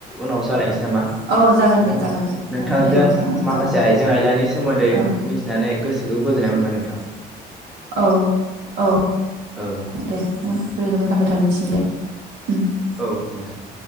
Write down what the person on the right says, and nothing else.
औ जागोन
दे जागोन दे
ओ दे नोंथां ओ
जागोन
औ
औ औ
दे
गोजोननाय थाबाय नोंथांसिम दे। उ